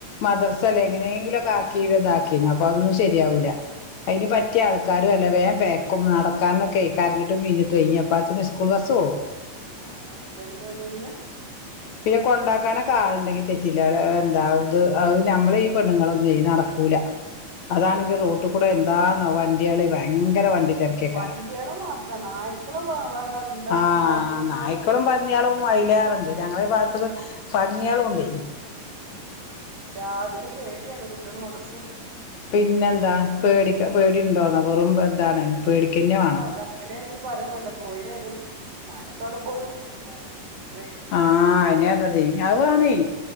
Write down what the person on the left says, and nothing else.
മദ്രസ ല് എങ്ങനെയെങ്കിലൊക്കെ ആക്കി ഇതാക്കിന്ന് അപ്പ അതൊന്നു ശരിയാവൂല. അതിന്
പറ്റിയ ആൾക്കാര് തന്നെ വേഗം പാ എക്ക നടക്കാനൊക്കെ കരഞ്ഞിട്ടും പിഴിഞ്ഞിട്ടും അപ്പാ പിന്നെ സ്കൂൾബസ് പോകും.
പിന്നെ കൊണ്ടാക്കാനൊക്കെ ആളുണ്ടങ്കി തെറ്റില്ല എന്താത് അത് നമ്മളെ ഈ പെണ്ണുങ്ങളൊന്നും നടക്കൂല.
അതാണെങ്കിൽ റോട്ടികൂടെ
എന്താന്ന വണ്ടിയള് ഭയങ്കര
വണ്ടി തിരക്കിയക്കാരം
ആ
നായ്ക്കളും പന്നികളും അതിലേറെയുണ്ട്. ഞങ്ങളെ ഭാഗത്ത് പന്നികളും ഉണ്ട്.
പിന്നെന്താ പേട പേടി ഉണ്ടോന്നോ? വെറും ഇതാണ് പേടിക്കന്നെ
വേണം
ആ അയന്നേ പറഞ്ഞത് അത് കാണ